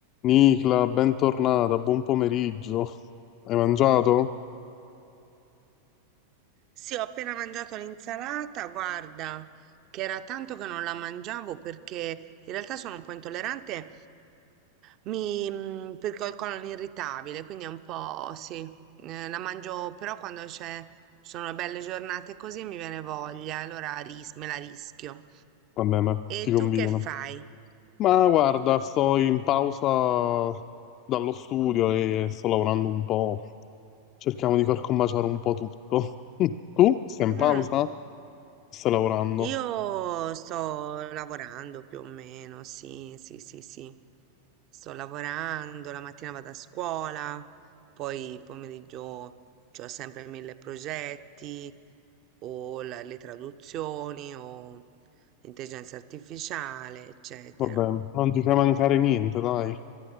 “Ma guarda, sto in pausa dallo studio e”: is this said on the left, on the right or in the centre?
Left